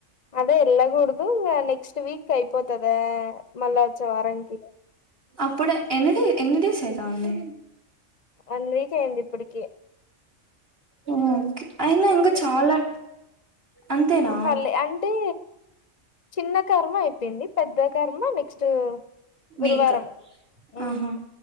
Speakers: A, on the left; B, on the right.
A: అదే ఎళ్ళగూడ్దు ఇంగా నెక్స్ట్ వీక్ అయిపోతుదా మళ్ళా వచ్చే వారంకి
B: అప్పుడు ఎన్ని డే ఎన్ని డేస్ అయితా ఉంది
A: వన్ వీక్ అయింది ఇప్పటికి
B: ఒహొ అయినా ఇంగా చాలా అంతేనా
A: అవ్వల్లే అన్ అంటే చిన్న కర్మ అయిపోయింది పెద్ద కర్మ నెక్స్ట్ గురువారం
B: వీక్
A: మ్
B: ఆహా